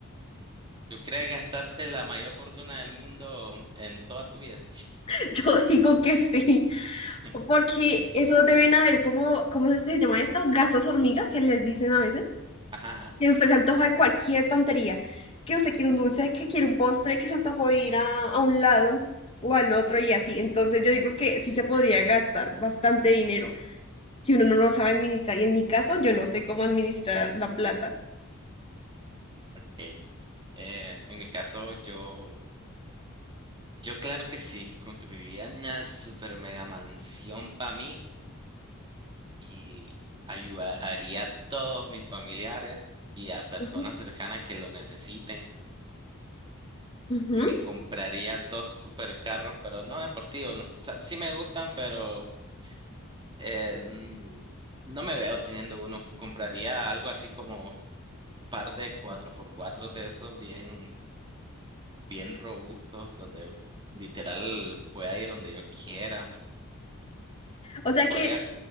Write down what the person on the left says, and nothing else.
<laughs> Yo digo que sí,
porque eso deben haber como, ¿cómo es que se llama esto? Gastos hormiga, que les dicen a veces,
que usted se antoja de cualquier tontería, que usted quiere un dulce, que quiere un postre, que se antojó de ir a, a un lado o al otro y así. Entonces yo digo que sí se podría gastar bastante dinero si uno no lo sabe administrar. Y en mi caso, yo no sé cómo administrar la plata.
Ujú,
ujú.
O sea
que,